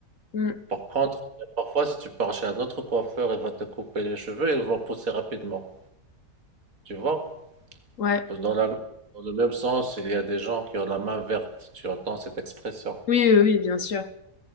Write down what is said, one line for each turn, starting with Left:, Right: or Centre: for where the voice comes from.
Left: mm,
Right: Par contre, parfois, si tu pars chez un autre coiffeur, il va te couper les cheveux et ils vont pousser rapidement. Tu vois?
Left: ouais,
Right: Dans la- dans le même sens, il y a des gens qui ont la main verte. Tu entends cette expression.
Left: oui, oui, oui, bien sûr.